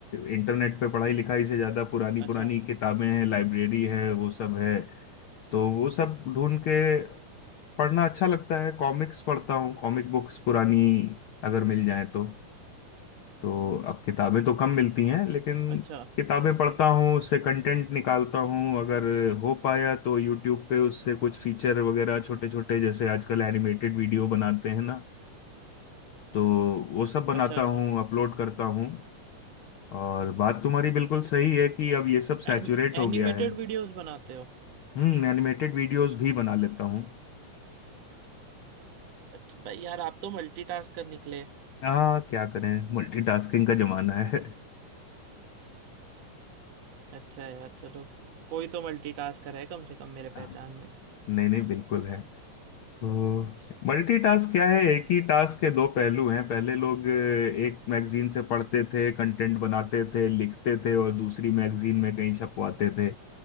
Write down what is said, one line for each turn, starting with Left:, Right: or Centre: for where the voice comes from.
Left: इंटरनेट पे पढ़ाई लिखाई से ज़्यादा पुरानी
Right: अच्छा
Left: पुरानी किताबें हैं लाइब्रेरी है वो सब है तो वो सब ढूंढ के पढ़ना अच्छा लगता है कॉमिक्स पढ़ता हूँ कॉमिक बुक्स पुरानी अगर मिल जाए तो तो अब किताबें तो कम मिलती हैं लेकिन
Right: अच्छा
Left: किताबें पढ़ता हूँ उससे कंटेंट निकालता हूँ अगर हो पाया तो यूट्यूब पे उससे कुछ फीचर वगैरह छोटे छोटे जैसे आजकल एनिमेटेड वीडियो बनाते हैं ना तो वो सब बनाता
Right: अच्छा अच्छा
Left: हूँ अपलोड करता हूँ और बात तुम्हारी बिल्कुल सही है कि अब ये सब सैचुरेट
Right: एन,
Left: हो
Right: एनिमेटेड
Left: गया है
Right: वीडियोस बनाते हो
Left: हम्म एनिमेटेड वीडियोस भी बना लेता हूँ
Right: अच्छा भाई यार आप तो मल्टीटास्कर निकले
Left: हाँ क्या करें मल्टीटास्किंग का जमाना है
Right: अच्छा यार चलो कोई तो मल्टीटास्कर है कम से कम मेरे
Left: हाँ,
Right: पहचान में
Left: नहीं नहीं बिल्कुल है तो मल्टीटास्क क्या है एक ही टास्क के दो पहलू हैं पहले लोग अ, एक मैगजीन से पढ़ते थे कंटेंट बनाते थे लिखते थे और दूसरी मैगजीन में कहीं छपवाते थे